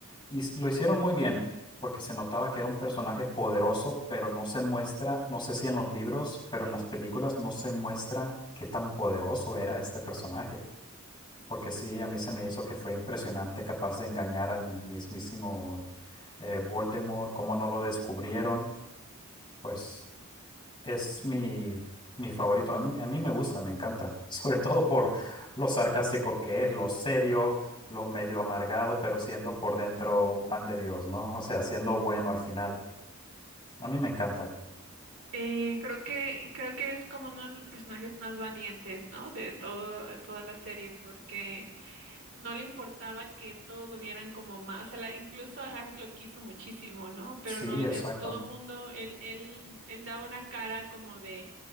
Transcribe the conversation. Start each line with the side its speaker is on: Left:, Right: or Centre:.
Left: his- lo hicieron muy bien, porque se notaba que era un personaje poderoso, pero no se muestra, no sé si en los libros, pero en las películas no se muestra qué tan poderoso era este personaje, porque sí, a mí se me hizo que fue impresionante, capaz de engañar al mismísimo eh, Voldemort, cómo no lo descubrieron, pues... Es mi, mi favorito. A mí, a mí me gusta, me encanta. <laughs> Sobre todo por lo sarcástico que es, lo serio, lo medio amargado, pero siendo por dentro un pan de Dios, ¿no? O sea, siendo bueno al final. A mí me encanta.
Right: Eh, creo que creo que es como uno de los personajes más valientes, ¿no? De todo toda la serie, porque no le importaba que todos lo vieran como más, o sea, la- incluso a Harry lo quiso muchísimo, ¿no? Pero
Left: Sí,
Right: no, el-
Left: exacto.
Right: todo mundo, él, él, él daba una cara como de,